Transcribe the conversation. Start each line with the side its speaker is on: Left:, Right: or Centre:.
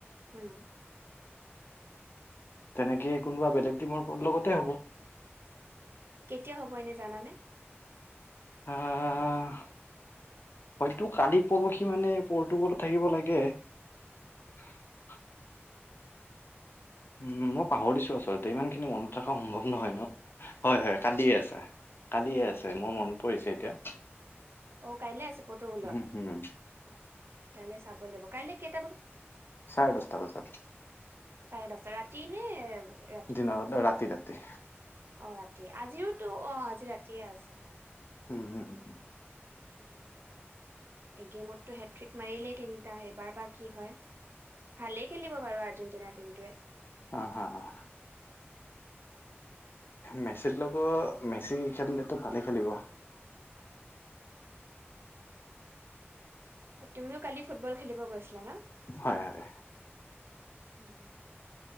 Right: হোম
Left: তেনেকেই কোনোবা বেলেগ টিমৰ লগতে হ'ব
Right: কেতিয়া হ'ব এনে জানানে?
Left: আহ হয়তো কালি পৰহি মানে পৰ্টুগোল থাকিব লাগে। <unintelligible> উম মই পাহৰিছো আচলতে ইমান খিনি মনত ৰখা সম্ভৱ নহয় ন হয় হয় কালিয়ে আছে। কালিয়ে আছে মোৰ মনত পৰিছে এতিয়া।
Right: অ কাইলে আছে পৰটোকলৰ,
Left: উম, উম,
Right: কাইলে চাব লাগিব কাইলৈ কেতিয়া?
Left: চাৰে দচটা বজাত।
Right: চাৰে দচটা ৰাতি নে ৰাতিপুৱা
Left: দিনৰ ৰাতি ৰাতি।
Right: অ ৰাতি আজিওতো অ আজি ৰাতিয়ে আছে।
Left: উম হুম উম উম।
Right: উম এগেমততো হেট্ৰিক মাৰিলেই তিনিটা এইবাৰ বা কি হয়। ভালেই খেলিব বাৰু আৰ্জেণ্টিনাৰ টিমটোৱে।
Left: হা হা হা মেচিত লগো মেচি খেলিলেতটো ভালে খেলিব।
Right: তুমিও কালি ফুটবল খেলিব গৈছিলা ন?
Left: হয় হয়।
Right: উম